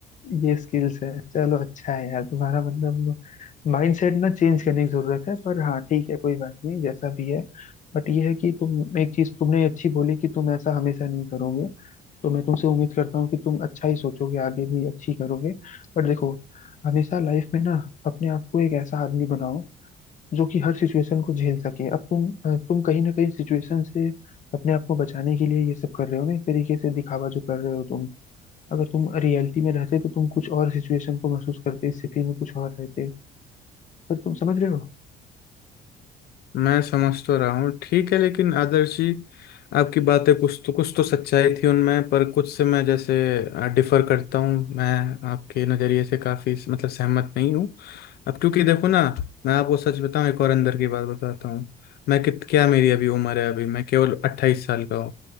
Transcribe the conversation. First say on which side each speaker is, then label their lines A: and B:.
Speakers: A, on the left; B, on the left.
A: ये स्किल्स है चलो अच्छा है यार तुम्हारा मतलब माइंडसेट ना चेंज करने की जरूरत है पर हाँ ठीक है कोई बात नहीं जैसा भी है बट ये है कि तुम एक चीज तुमने अच्छी बोली कि तुम ऐसा हमेशा नहीं करोगे तो मैं तुमसे उम्मीद करता हूँ कि तुम अच्छा ही सोचोगे आगे भी अच्छी करोगे बट देखो हमेशा लाइफ में ना अपने आप को एक ऐसा आदमी बनाओ जो कि हर सिचुएशन को झेल सके अब तुम अ, तुम कहीं ना कहीं सिचुएशन से अपने आप को बचाने के लिए ये सब कर रहे हो ना एक तरीके से दिखावा जो कर रहे हो तुम अगर तुम रियलिटी में रहते तो तुम कुछ और सिचुएशन को महसूस करते स्थिति में कुछ और रहते पर तुम समझ रहे हो
B: मैं समझ तो रहा हूँ ठीक है लेकिन आदर्श जी आपकी बातें कुछ तो कुछ तो सच्चाई थी उनमें पर कुछ से मैं जैसे डिफर करता हूँ मैं आपके नज़रिए से काफ़ी मतलब सहमत नहीं हूँ अब क्योंकि देखो ना मैं आपको सच बताऊँ एक और अंदर की बात बताता हूँ मैं कित क्या मेरी अभी उम्र है अभी मैं केवल अट्ठाईस साल का हूँ